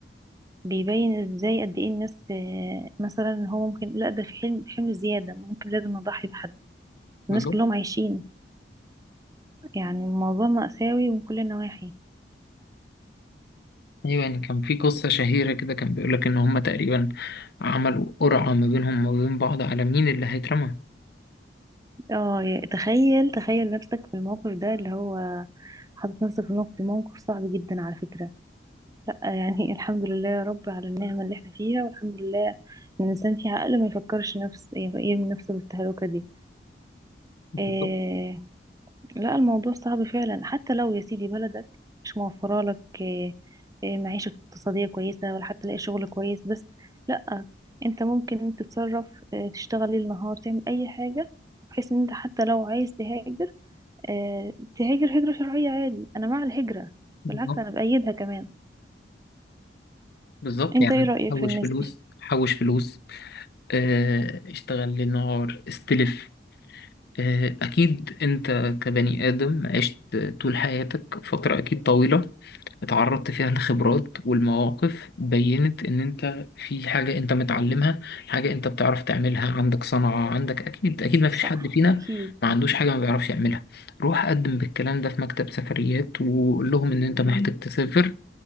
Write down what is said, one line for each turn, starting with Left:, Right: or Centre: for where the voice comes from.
Right: بيبين ازاي قد ايه الناس آه، مثلا هو ممكن لا ده في حلم في حمل زيادة ممكن لازم نضحي بحد
Left: بالظبط
Right: الناس كلهم عايشين يعني الموضوع مأساوي من كل النواحي
Left: أيوة يعني كان في قصة شهيرة كده كان بيقولك إن هما تقريبا عملوا قرعة ما بينهم وما بين بعض على مين اللي هيترمى
Right: اه يا- تخيل تخيل نفسك في الموقف ده اللي هو حاطط نفسك في موقف ده موقف صعب جدا على فكرة لا يعني <laughs> الحمد لله يا رب على النعمة اللي احنا فيها والحمد لله ان الانسان في عقل ما يفكرش نفس يرمي نفسه بالتهلكة دي
Left: بالظبط
Right: إيه لا الموضوع صعب فعلا حتى لو يا سيدي بلدك مش موفرة لك إيه إيه معيشة اقتصادية كويسة ولا حتى تلاقي شغل كويس بس لا انت ممكن تتصرف إيه تشتغل ليل نهار تعمل اي حاجة بحيث ان انت حتى لو عايز تهاجر إيه تهاجر هجرة شرعية عادي انا مع الهجرة
Left: بالظبط
Right: بالعكس انا بأيدها كمان
Left: بالظبط
Right: انت
Left: يعني
Right: ايه رأيك
Left: حوش
Right: في الناس
Left: فلوس
Right: دي
Left: حوش فلوس آه، اشتغل للنهار استلف آه، أكيد أنت كبني آدم عشت طول حياتك فترة أكيد طويلة اتعرضت فيها لخبرات والمواقف بينت ان انت في حاجة انت متعلمها حاجة انت بتعرف تعملها عندك صنعة عندك اكيد اكيد ما فيش
Right: صح
Left: حد فينا
Right: أكيد
Left: ما عندوش حاجة ما بيعرفش يعملها روح قدم بالكلام ده في مكتب سفريات وقول لهم ان انت محتاج تسافر